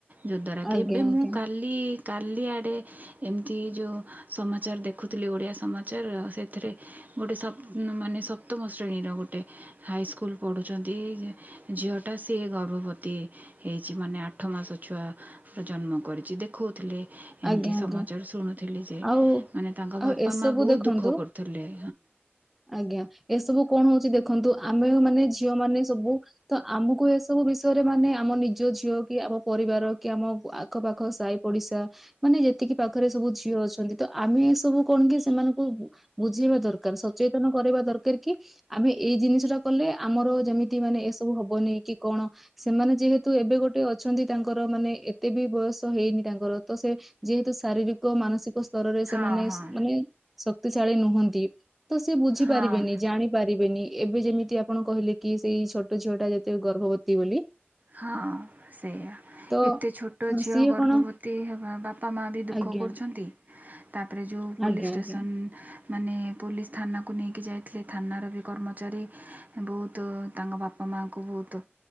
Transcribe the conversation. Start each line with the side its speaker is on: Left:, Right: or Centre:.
Right: ଯଦ୍ଵାରା କି
Centre: ଆଜ୍ଞା
Right: ଏବେ
Centre: ଆଜ୍ଞା
Right: ମୁଁ କାଲି କାଲି ଆଡ଼େ ଏମ୍ତି ଯଉ ସମାଚାର୍ ଦେଖୁଥିଲି, ଓଡ଼ିଆ ସମାଚାର୍ ସେ--ରେ ଗୋଟେ ସପ୍ ମାନେ ସପ୍ତମ ଶ୍ରେଣୀର ଗୋଟେ। ହାଇସ୍କୁଲ୍ ପଢୁଚନ୍ତି, ଝିଅଟା ସିଏ ଗର୍ଭବତୀ ହେଇଚି ମାନେ ଆଠ ମାସ ଛୁଆ ଜନ୍ମ କରିଚି, ଦେଖଉ ଥିଲେ। ଏନ୍ତି
Centre: ଆଜ୍ଞା ଆଜ୍ଞା
Right: ସମାଚାର୍ ଶୁଣୁଥିଲି ଯେ,
Centre: ଆଉ
Right: ମାନେ ତାଙ୍କ
Centre: ଆଉ
Right: ବାପା
Centre: ଏସବୁ
Right: ମା ବହୁତ୍
Centre: ଦେଖନ୍ତୁ
Right: ଦୁଃଖ କରୁ <inaudible>
Centre: ଆଜ୍ଞା ଏସବୁ କ'ଣ ହଉଚି ଦେଖନ୍ତୁ, ଆମେ ମାନେ ଝିଅ ମାନେ ସବୁ ତ ଆମୁକୁ ଏସବୁ ବିଷୟରେ ମାନେ ଆମ ନିଜ ଝିଅ କି ଆମ ପରିବାର କି ଆମ ଆଖ ପାଖ ସାଇ ପଡ଼ିଶା ମାନେ ଯେତିକି ପାଖରେ ସବୁ ଝିଅ ଅଛନ୍ତି, ତ ଆମେ ସବୁ କ'ଣ କି ସେମାନଙ୍କୁ ବୁଝେଇବା ଦରକାର୍, ସଚେତନ କରେଇବା ଦରକାର୍ କି ଆମେ ଏଇ ଜିନିଷ ଟା କଲେ ଆମର ଯେମିତି ମାନେ ଏସବୁ ହବନି କି କ'ଣ? ସେମାନେ ଯେହେତୁ ଏବେ ଗୋଟେ ଅଛନ୍ତି, ତାଙ୍କର ମାନେ ଏତେ ବି ବୟସ ହେଇନି ତାଙ୍କର। ତ ସେ ଯେହେତୁ ଶାରୀରିକ, ମାନସିକ ସ୍ତରରେ ସେମାନେ
Right: ହଁ ହଁ
Centre: ମାନେ ଶକ୍ତି ଶାଳୀ ନୁହନ୍ତି। ତ ସେ ବୁଝି
Right: ହଁ
Centre: ପାରିବେନି, ଜାଣି ପାରିବେନି। ଏବେ ଯେମିତି ଆପଣ କହିଲେ କି, ସେଇ ଛୋଟ ଝିଅ ଟା ଯେତେ ଗର୍ଭବତୀ ବୋଲି।
Right: ହଁ, ସେୟା।
Centre: ତ
Right: ଏତେ ଛୋଟ ଝିଅ
Centre: ସିଏ
Right: ଗର୍ଭବତୀ
Centre: କଣ
Right: ହେବା, ବାପା ମା ବି ଦୁଃଖ
Centre: ଆଜ୍ଞା
Right: କରୁଛନ୍ତି। ତା'ପରେ ଯଉ ପୋଲିସ୍‌
Centre: ଆଜ୍ଞା
Right: ଷ୍ଟେସନ୍‌
Centre: ଆଜ୍ଞା
Right: ମାନେ ପୋଲିସ୍‌ ଥାନାକୁ ନେଇକି ଯାଇଥିଲେ, ଥାନାର ବି କର୍ମଚାରୀ। ବହୁତୁ, ତାଙ୍କ ବାପା ମାଆଙ୍କୁ ବହୁତୁ